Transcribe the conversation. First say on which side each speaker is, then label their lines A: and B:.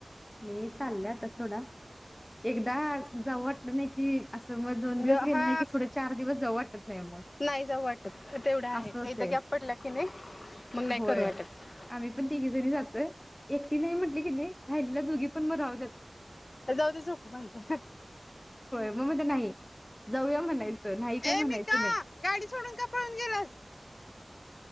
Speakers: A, on the left (about 20°); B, on the left (about 60°).
A: मी चालल्या आता थोडा एकदा जावु वा <unintelligible> की अस मग दोन दिवस
B: र
A: गेल
B: हा
A: नाही की पुढ चार दिवस जाऊ वाटत नाही मग,
B: नाही जाऊ वाटत तेवढं आहे
A: असं होतय.
B: एकदा गॅप पडला की नाही मग नाही
A: होय,
B: करू वाटत
A: आम्ही पण तिघी जणी जातोय. एकटी नाही म्हटली की नाही राहिलेल्या दोघी पण मग राहूत
B: जाऊदे झोका बांधतोय.
A: म मध्ये नाही जाऊया म्हणायचं नाही काय
B: ए
A: म्हणायचं
B: मी का
A: नाही.
B: गाडी सोडून का पळून गेलास.